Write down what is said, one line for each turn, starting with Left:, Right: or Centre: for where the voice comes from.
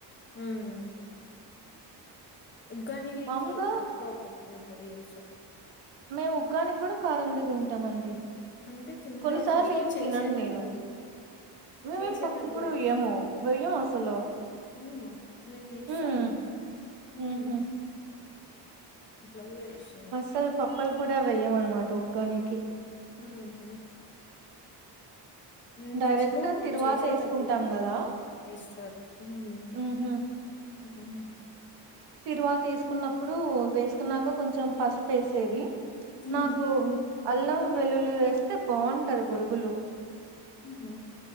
Left: మ్మ్ ఉగ్గాని లేకి
Right: మామూలుగా
Left: సప్ప పప్పుల పొడి చేస్తారు
Right: మేము ఉగ్గానికి కూడ కారందే తింటామండి
Left: అంటే తింటారు
Right: కొన్నిసార్లు
Left: ఫస్ట్
Right: ఏం
Left: చేసేటప్పుడు
Right: తినను నేను మేమేం
Left: చేసేటప్పుడు
Right: పప్పుల పొడి
Left: వేస్తారు
Right: వెయ్యము వెయ్యము అసలు
Left: అవునా మేము వేస్తాము
Right: ఉమ్
Left: మ్మ్
Right: ఉహు
Left: అట్ల కూడ చేస్తారు అయితే
Right: అసల్ పప్పలు పొడి అవి వెయ్యము అనమాట ఉగ్గానికి
Left: మ్మ్ హు మేం
Right: డైరెక్ట్
Left: ఫస్ట్లో
Right: తిరువాత
Left: చేసేటప్పుడు
Right: వేసుకుంటాం కదా
Left: ఎస్తారు మ్
Right: ఉహు తిరువాత వేసుకున్నప్పుడు వేసుకున్నాక కొంచెం పసుపు వేసేది
Left: ఉమ్
Right: నాకు అల్లం వెల్లుల్లి వేస్తే బాగుంటది బొరుగులు
Left: మ్మ్ హు